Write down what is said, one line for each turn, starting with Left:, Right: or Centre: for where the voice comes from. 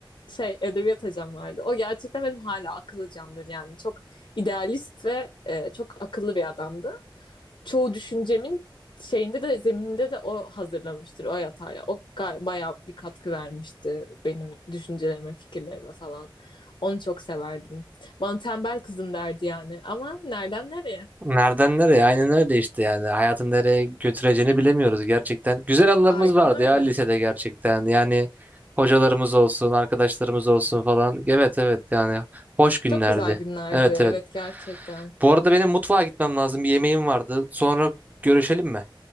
Left: şey edebiyat hocam vardı. O gerçekten benim hala akıl hocamdır yani. Çok idealist ve e, çok akıllı bir adamdı. Çoğu düşüncemin şeyinde de zemininde de o hazırlamıştır o yatar ya. O gay- bayağı bir katkı vermişti benim düşüncelerime, fikirlerime falan. Onu çok severdim. Bana tembel kızım derdi yani ama nereden nereye?
Right: Nereden nereye? Aynen öyle işte yani. Hayatın nereye götüreceğini bilemiyoruz gerçekten. Güzel anılarımız
Left: Aynen
Right: vardı
Left: öyle.
Right: ya lisede gerçekten. Yani hocalarımız olsun, arkadaşlarımız olsun falan. Evet evet yani hoş günlerdi.
Left: Çok güzel günlerdi
Right: Evet
Left: evet
Right: evet.
Left: gerçekten.
Right: Bu arada benim mutfağa gitmem lazım. Bir yemeğim vardı. Sonra görüşelim mi?